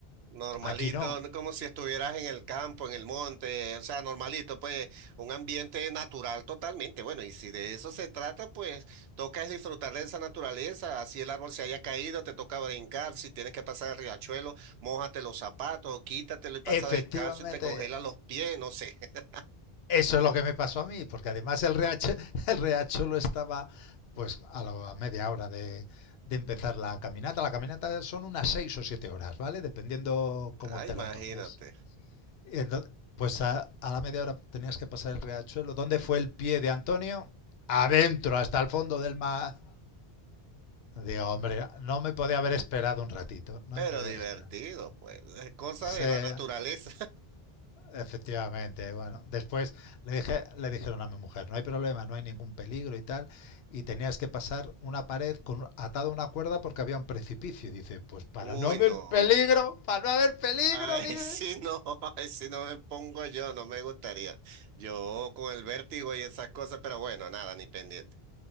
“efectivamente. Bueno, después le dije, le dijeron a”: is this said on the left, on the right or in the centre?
Left